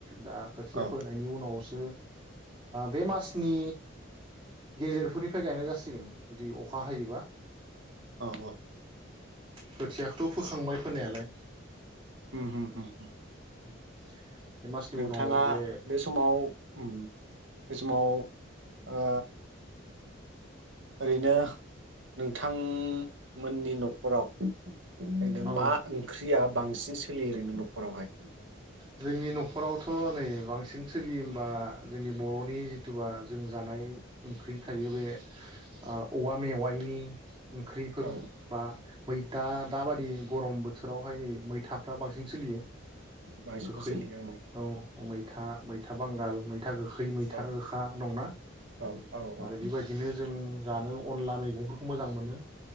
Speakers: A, on the right; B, on the right.
A: दा खोथिया
B: औ
A: फोनायनि उनावसो बे मासनि गेजेरफोरनिफ्राय गायनाय जासिगोन जुदि अखा हायोबा
B: औ औ
A: खोथियाखौथ' फोखांबाय फोनायालाय
B: उम उम होम होम
A: <inaudible> बे मासनि
B: नोंथाङा
A: उनाव बे
B: समाव उम बे समाव ओ ओरैनो नोंथांमोननि न'खराव नों
A: औ
B: मा ओंख्रिया? बांसिन सोलियो ओरैनो न'खरावहाय
A: जोंनि न'खरावथ' नै बांसिन सिन सोलियो बा जोंनि बर'नि जि जिथुबा जों जानाय ओंख्रि थायो बे ओ औवा मेवाइनि ओंख्रिफोर
B: औ
A: बा मैथा दाबादि गरम बो बोथोरावहाय नै मैथाफ्रा बांसिन सोलियो
B: बांसिनबो
A: गोखै
B: सोलियो ओं
A: औ मैथा मैथा बांगाल मैथा गोखै मैथा
B: औ
A: गोखा दंना
B: औ औ
A: आरो
B: औ
A: बेबायदिनो जों जानो अनला मैगंफोरखौ मोजां मोनो